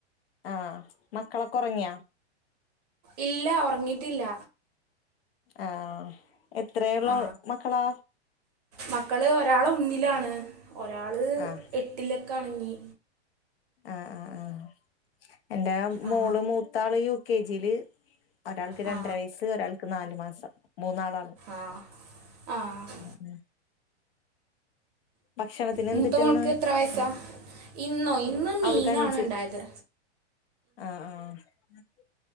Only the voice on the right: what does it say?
ഇല്ല ഉറങ്ങിയിട്ടില്ല
ആ
മക്കള് ഒരാള് ഒന്നിലാണ് ഒരാള്
എട്ടിലൊക്ക ആണ് ഇനി
ആ
ആ
ആഹ് ആഹ്
മൂത്ത
മോൾക്ക് എത്ര വയസാ ഇന്നോ ഇന്ന് മീനാണ്
ഇണ്ടായത്